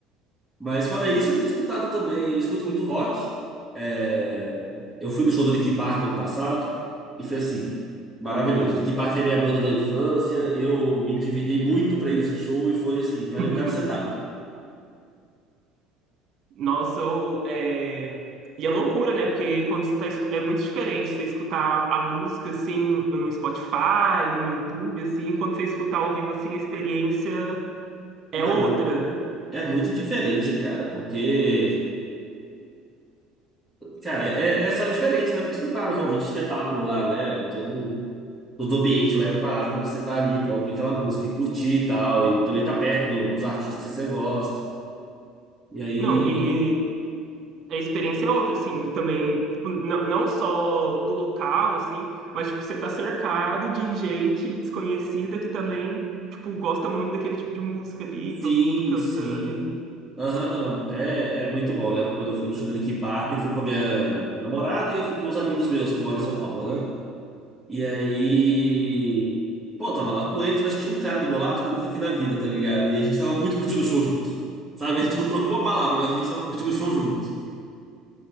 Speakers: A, in the centre; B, on the right.
A: Mas fora isso, eu tenho escutado também, eu escuto muito rock. É, Eu fui no show do Linkin Park ano passado e foi assim, maravilhoso. Linkin Park é a minha banda da infância, eu me endividei muito pra ir nesse show e foi assim, valeu
B: <laughs>
A: cada centavo.
B: Nossa, ou é, e é loucura, né? Porque quando você tá, escu- é muito diferente você escutar a música assim no Spotify, no YouTube, assim, quando você escutar ao vivo assim, a experiência É
A: Não,
B: outra.
A: não- é muito diferente, cara, porque Cara, é, é só diferente, né? Porque eles preparam realmente o espetáculo lá, né? Todo, todo ambiente lá é preparado pra você estar ali, pra ouvir aquela música e curtir e tal. E também tá perto do- dos artistas que você gosta. E aí,
B: Não, e a experiência é outra, assim, também, tipo, não, não só do local, assim, mas, tipo, você tá cercado de gente desconhecida que também, tipo, gosta muito daquele tipo de música ali,
A: sim,
B: todo mundo cantando
A: sim.
B: e...
A: Aham, não, é, é muito bom. Eu lembro quando eu fui no show do Linkin Park, eu fui com a minha namorada e eu fui com os amigos meus que moram
B: Aham.
A: em São Paulo, né? E aí. Pô, eu tava lá com eles, mas tinha um cara do meu lado que eu nunca vi na vida, tá ligado? E a gente tava muito curtindo o show junto. Sabe? A gente não trocou uma palavra, mas a gente tava curtindo o show junto.